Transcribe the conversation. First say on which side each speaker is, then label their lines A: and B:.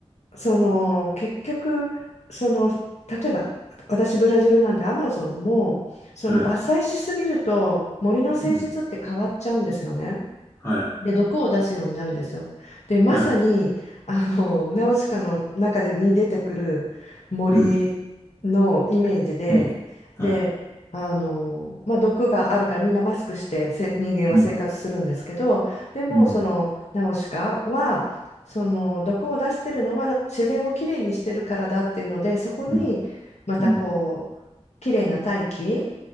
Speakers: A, on the left; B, on the left.
A: その結局その例えば私ブラジルなんでアマゾンもその伐採しすぎると森の性質って変わっちゃうんですよね。
B: はい。うん。はい。
A: で、毒を出すようになるんですよ。で、まさに、
B: はい。
A: あの、<laughs> ナウシカの中でに出てくる森のイメージで、
B: うん。うん。はい。
A: で、あの、まあ、毒があるからみんなマスクしてせ人間は生活するんですけど、
B: うん。
A: でもそのナウシカは、
B: うん。
A: その毒を出してるのは自然をきれいにしてるからだっていうので、そこにまたこう、
B: うん。うん。
A: きれいな大気